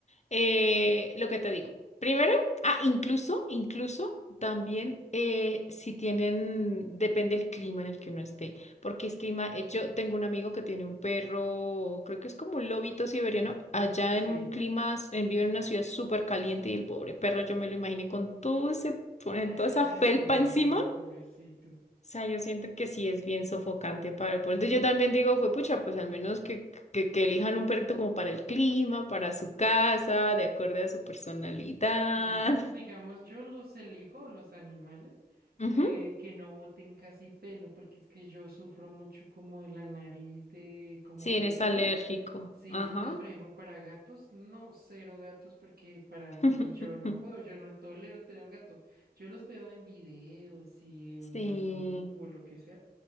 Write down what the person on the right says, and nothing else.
Sí.
Ah,
no,
pobrecito.
Ujú, Digamos, yo los elijo, los animales,
eh, que no boten casi pelo, porque es que yo sufro mucho como de la nariz, de como
alergias.
Sí,
entonces, por ejemplo, para gatos, no, cero gatos, porque para mí
yo no puedo, yo no tolero tener un gato. Yo los veo en videos y en
YouTube o lo que sea.